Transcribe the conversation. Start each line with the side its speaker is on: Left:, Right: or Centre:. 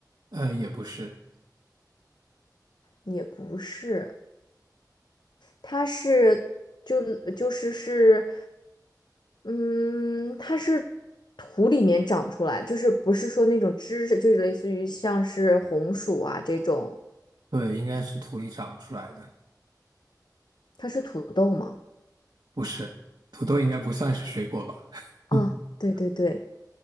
Right: 呃，也不是，
Left: 也不是，它是就就是是，嗯，它是土里面长出来，就是不是说那种枝就是类似于像是红薯啊这种，
Right: 对，应该是土里长出来的。
Left: 它是土豆吗？
Right: 不是，土豆应该不算是水果吧？
Left: 啊，
Right: <laughs>
Left: 对对对，